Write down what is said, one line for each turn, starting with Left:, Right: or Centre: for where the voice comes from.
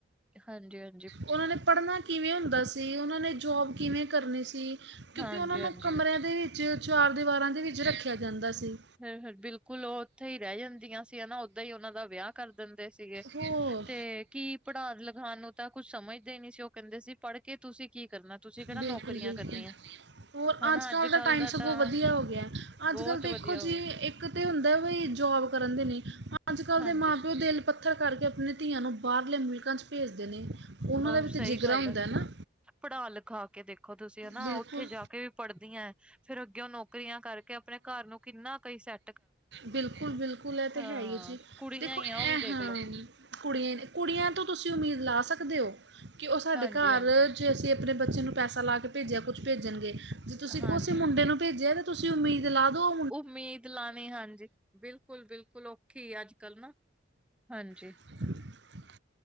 Centre: ਹਾਂਜੀ, ਹਾਂ।
Right: ਓਨਾਂ ਨੇ ਪੜਨਾ ਕਿਵੇਂ ਹੁੰਦਾ ਸੀ ਓਨਾਂ ਨੇ ਜੋਬ ਕਿਵੇਂ ਕਰਨੀ ਸੀ? ਕਿਊਕਿ
Centre: ਹਾਂਜੀ
Right: ਓਨਾਂ ਨੂੰ
Centre: ਹਾਂਜੀ
Right: ਕਮਰੇਆਂ ਦੇ ਵਿੱਚ, ਚਾਰ ਦੀਵਾਰਾਂ ਦੇ ਵਿੱਚ ਰੱਖੇਆ ਜਾਂਦਾ ਸੀ।
Centre: ਹੂੰ-ਹੂੰ, ਬਿਲਕੁਲ ਓ ਓਥੇ ਈ ਰੈ ਜਾਂਦੀਆਂ ਸੀ ਹਨਾ ਓਦਾਂ ਈ ਓਨਾਂ ਦਾ ਵੇਆ। ਕਾਰ ਦੰਦੇ ਸੀਗੇ,
Right: ਹੋਰ
Centre: ਤੇ ਕੀ ਪੜਾਨ ਲਖਾਨ ਨੂੰ ਤਾਂ ਕੁੱਛ ਸਮਜਦੇ ਨੀ ਸੀ ਓ ਕੰਦੇ ਸੀ ਪੜ੍ਹ ਕੇ ਤੁਸੀਂ ਕੀ ਕਰਨਾ ਤੁਸੀਂ ਕੇੜਾ
Right: ਬਿਲਕੁਲ
Centre: ਨੌਕਰੀਆਂ
Right: ਬਿਲਕੁਲ
Centre: ਕਰਨੀਆਂ।
Right: ਹੋਰ
Centre: ਹਨਾ
Right: ਆੱਜ-ਕਾੱਲ
Centre: ਅੱਜ
Right: ਦਾ
Centre: ਕੱਲ
Right: ਟਾਈਮ ਸਗੋਂ
Centre: ਤਾਂ
Right: ਵਦੀਆ ਹੋ ਗੇਆ, ਆੱਜ-ਕਾੱਲ
Centre: ਬਹੁਤ
Right: ਤੇ
Centre: ਵਧੀਆ
Right: ਖੋ
Centre: ਹੋ
Right: ਜੀ
Centre: ਗਿਆ
Right: ਇੱਕ ਤੇ ਹੁੰਦਾ ਵਈ ਜੋਬ ਕਰਨ ਦੇ ਲਈ ਆੱਜ-ਕਾੱਲ
Centre: ਹਾਂਜੀ
Right: ਦੇ ਮਾਂ ਪੇਓ ਦਿਲ ਪੱਥਰ ਕਰਕੇ ਆਪਨੇ ਧੀਆਂ ਨੂੰ ਬਾਰਲੇ ਮੁਲਕਾਂ ਚ ਭੇਜਦੇ ਨੇ ਓਨਾਂ
Centre: ਹਾਂ
Right: ਦਾ ਵੀ ਤੇ
Centre: ਸਹੀ
Right: ਜਿਗਰਾ
Centre: ਗੱਲ
Right: ਹੁੰਦੈ
Centre: ਹੈ
Right: ਨਾ।
Centre: ਪੜ੍ਹਾ ਲਖਾ ਕੇ ਦੇਖ ਦੇਖੋ ਤੁਸੀਂ ਹਨਾ
Right: ਬਿਲਕੁਲ
Centre: ਓਥੇ ਜਾ ਕੇ ਵੀ ਪੜ੍ਹਦੀਐਂ ਫੇਰ ਅੱਗੇ ਓ ਨੌਕਰੀਆਂ ਕਾਰਕੇ ਆਪਨੇ ਘਾਰ ਨੂੰ ਕਿੰਨਾ ਕਈ ਸੈ
Right: ਬਿਲਕੁਲ-ਬਿਲਕੁਲ ਐ ਤੇ
Centre: ਹਾਂ
Right: ਹੈ ਈ ਏ ਜੀ,
Centre: ਕੁੜੀਆਂ
Right: ਦੇਖੋ
Centre: ਹੀ ਆ
Right: ਐ
Centre: ਉਹ ਵੀ ਦੇਖਲੋ
Right: ਹਾਂ ਕੁੜੀਆਂ ਏ ਨੇ ਕੁੜੀਆਂ ਤੋਂ ਤੁਸੀਂ ਉਮੀਦ ਲਾ ਸਕਦੇ ਓ, ਕਿ ਓ ਸਾਡੇ
Centre: ਹਾਂਜੀ
Right: ਘਾਰ
Centre: ਹਾਂਜੀ
Right: ਜੇ ਅਸੀਂ ਆਪਦੇ ਬੱਚੇ ਨੂੰ ਪੈਸਾ ਲਾ ਕੇ ਭੇਜੇਆ ਕੁੱਛ ਭੇਜਨਗੇ, ਜੇ ਤੁਸੀਂ
Centre: ਹਾਂਜੀ
Right: ਕੋਸੇ ਮੁੰਡੇ ਨੂੰ ਭੇਜੇਆ ਤੁਸੀਂ ਉਮੀਦ ਲਾ ਦੋ
Centre: ਉਮੀਦ ਲਾਨੀ ਹਾਂਜੀ ਬਿਲਕੁਲ-ਬਿਲਕੁਲ ਔਖੀ ਆੱਜ-ਕਾੱਲ ਨਾ, ਹਾਂਜੀ।
Right: <inaudible>